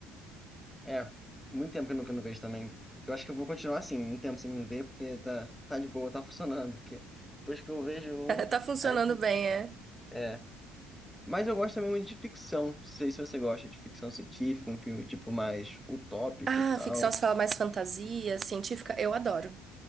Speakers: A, in the centre; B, on the right (about 35°).
A: é, muito tempo que eu não, que eu não vejo também. Eu acho que eu vou continuar assim, um tempo sem me ver, porque tá, tá de boa, tá funcionando. Porque depois que eu vejo um,
B: <laughs> Tá funcionando
A: aí eu fico,
B: bem, é?
A: é. Mas eu gosto também muito de ficção. Não sei se você gosta de ficção científica, um filme tipo mais utópico
B: Ah,
A: e tal.
B: ficção se fala mais fantasia, científica, eu adoro.